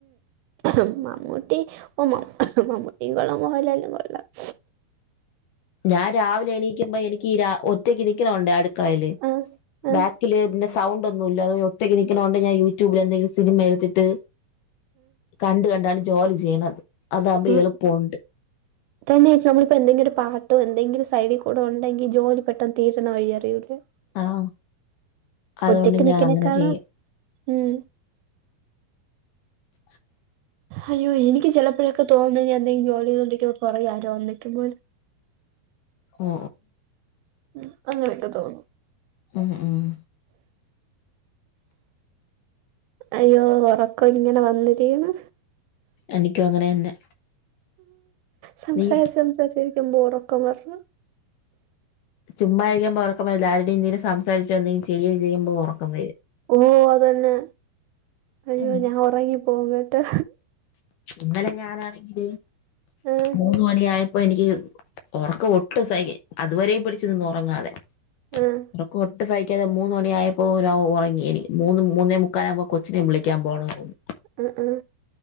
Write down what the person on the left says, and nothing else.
ഞാൻ രാവിലെ എണീക്കുമ്പോ എനിക്ക് ഈ ഒറ്റക്ക് ഇരിക്കണുണ്ട് അടുക്കളയില്
ബാഗക്ക ഇ സൗണ്ട് ഒന്നുമ ഇല്ല ഒറ്റയ്ക്ക് നൽക്കണോണ്ട് ഞാൻ യൂട്യൂബിൽ എന്തെങ്കിലും സിനിമ എടുത്തിട്ട് കണ്ട കണ്ടാണ് ജോലി ചെയ്യണത് അതാകുമ്പോ
എളുപ്പമുണ്ട്
ആഹ അതുകൊണ്ട്
ഞാൻ
അങ്ങനെ ചെയ്യും
<inaudible>
ഓ
മ്മ് മ്മ്
എനിക്കും അങ്ങനെ തന്നെ
നീ
ചുമ്മാരിക്കുമ്പോ ഉറക്കം വരില്ല ആരുടെയും എന്തെങ്കും സംസാരിച്ചോ ന്തെങ്കിലും ചെയ്യ ചെയ്യുമ്പോൾ ഉറക്കം വരും
അങ്ങനെ
ഇന്നലെ ഞാനാണെങ്കില്
മൂന്ന് മണിയായ ഇപ്പൊ എനിക്ക് ഉറക്കം ഒട്ടും സഹി അതുവരെയും പിടിച്ചു നിന്നു ഉറങ്ങാതെ
ത്രക്കു ഒട്ട് സഹിക്കാതെ മൂന്ന് മണിയായപ്പോ ഒര ഔ ഒറങ്ങിയെനി മൂന്ന് മൂന്നേ മുക്കാലാവുമ്പോ കൊച്ചിനെ വിളിക്കാൻ പോണമായിരുന്നു